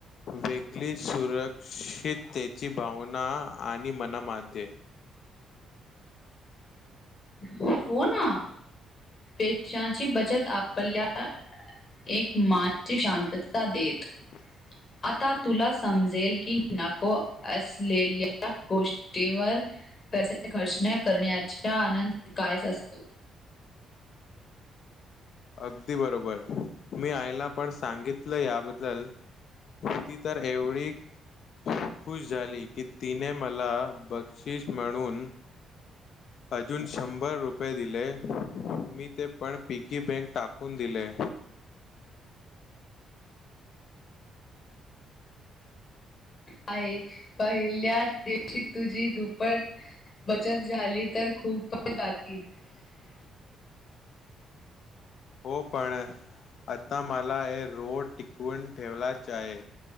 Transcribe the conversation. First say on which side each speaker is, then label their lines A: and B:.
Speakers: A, on the left; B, on the left.
A: वेगळी सुरक्षित त्याची भावना आणि मनामध्ये.
B: हो ना पैशांची बचत आपल्या एक मानसि शांतता देत.
A: <inaudible>
B: आता तुला समजेल की नको असलेल्या गोष्टीवर पैसे खर्च न करण्याच्या आनंद कायच असतो.
A: अगदी बरोबर. मी आयला पण सांगितलं याबद्दल ती तर एवढी खुश झाली की तिने मला बक्षिस म्हणून अजून शंभर रुपये दिले मी ते पण पिकी बँक टाकून दिले.
B: आहे. पहिल्याच दिवशी तुझी दुप्पट बचत झाली तर खूप <unintelligible>
A: हो. पण आता मला ए रोड टिकवून ठेवल्याच आहे